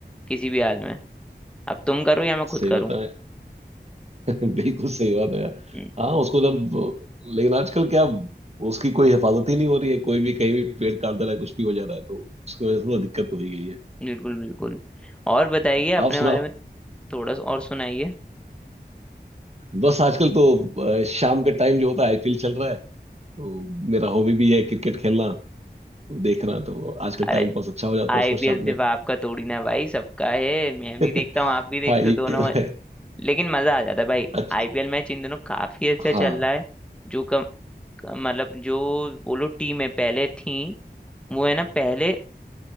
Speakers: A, in the centre; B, on the right (about 40°).
A: किसी भी हाल में अब तुम करो या मैं खुद
B: सही
A: करूँ
B: बात है <laughs> बिल्कुल सही बात है यार
A: हम्म,
B: हाँ उसको जब लेकिन आजकल क्या उसकी कोई हिफाजत ही नहीं हो रही है कोई भी कहीं भी पेड़ काट दे रहा है कुछ भी हो जा रहा है तो उसकी वजह से थोड़ा दिक्कत हो ही गई है
A: बिल्कुल बिल्कुल और बताइए
B: आप
A: अपने
B: सुना
A: बारे में थोड़ा सा और सुनाइए
B: बस आजकल तो अ, शाम का टाइम जो होता है आईपीएल चल रहा है तो मेरा हॉबी भी है क्रिकेट खेलना तो देखना तो आजकल
A: अरे
B: टाइम पास अच्छा हो जाता
A: आईपीएल
B: है उसमें शाम
A: सिर्फ
B: में
A: आपका थोड़ी ना भाई सबका है मैं
B: <laughs>
A: भी देखता हूँ आप भी देखते
B: हाँ ये
A: हो दोनों
B: तो
A: में
B: है
A: लेकिन मजा आ जाता है भाई
B: अच्छा
A: आईपीएल मैच इन दोनों काफी अच्छा
B: हाँ
A: चल रहा है जो कम मतलब जो वो लोग टीमें पहले थी वो है ना पहले